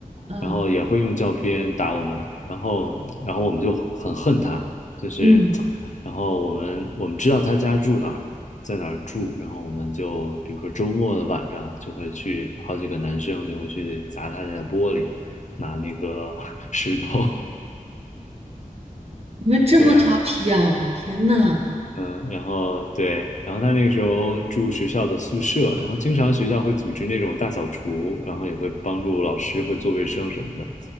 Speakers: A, on the right (about 45°); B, on the left (about 55°).
A: 啊，
B: 然后也会用教鞭打我们，然后然后我们就很恨他，就是，
A: 嗯嗯，
B: 然后我们我们知道他家住哪儿，在哪儿住，然后我们就比如说周末的晚上就会去，好几个男生就会去砸他家的玻璃，拿那个 <laughs> 石头。
A: 你们这么调皮呀、
B: 对呀，
A: 天呐，
B: 嗯，然后对，然后他那个时候住学校的宿舍，然后经常学校会组织那种大扫除，然后也会帮助老师会做卫生什么的，